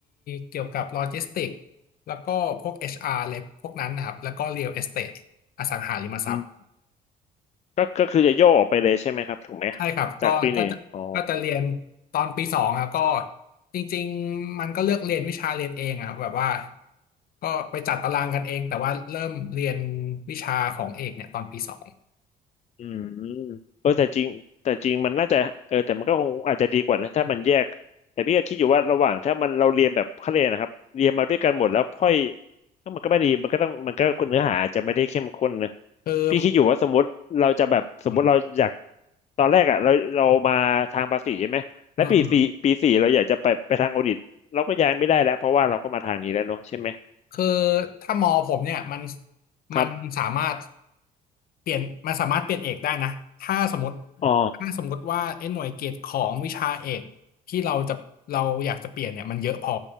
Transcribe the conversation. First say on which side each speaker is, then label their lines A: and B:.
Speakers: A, on the left; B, on the left.
A: เกี่ยวกับโลจิสติกแล้วก็พวก HR เลยพวกนั้นนะครับแล้วก็ Real Estate อสังหาริมทรัพย์
B: อืมก็ก็คือจะโยกออกไปเลยใช่ไหมครับถูกไหม
A: ใช่ครับก็ก็จะก็จะเรียน
B: จากปีหนึ่งอ๋อ
A: ตอนปีสองครับก็จริงๆมันก็เลือกเรียนวิชาเรียนเองอะครับแบบว่าก็ไปจัดตารางกันเองแต่ว่าเริ่มเรียนวิชาของเอกเนี่ยตอนปีสอง
B: อืมเออแต่จริงแต่จริงมันน่าจะเออแต่มันก็คงอาจจะดีกว่านะถ้ามันแยกแต่พี่ก็คิดอยู่ว่าระหว่างถ้ามันเราเรียนแบบเขาเรียนนะครับเรียนมาด้วยกันหมดแล้วค่อยก็มันก็ไม่ดีมันก็ต้องมันก็เนื้อหาอาจจะไม่ได้เข้มข้นนะ
A: คือ
B: พี่คิดอยู่ว่าสมมติเราจะแบบสมมติเราอยาก
A: อืม
B: ตอนแรกอ่ะเราเรามาทางภาษีใช่ไหมแล้วปีสี่ปีสี่เราอยากจะไปไปทางออดิตเราก็ย้ายไม่ได้แล้วเพราะว่าเราก็มาทางนี้แล้วเนอะใช่ไหม
A: อืมอืมคือถ้ามอผมเนี่ยมัน
B: ครับ
A: มันสามารถเปลี่ยนมันสามารถเปลี่ยนเอกได้นะถ้าสมมติ
B: อ๋อ
A: ถ้าสมมติว่าไอ้หน่วยเกรดของวิชาเอกที่เราจะเราอยากจะเปลี่ยนเนี่ยมันเยอะพอ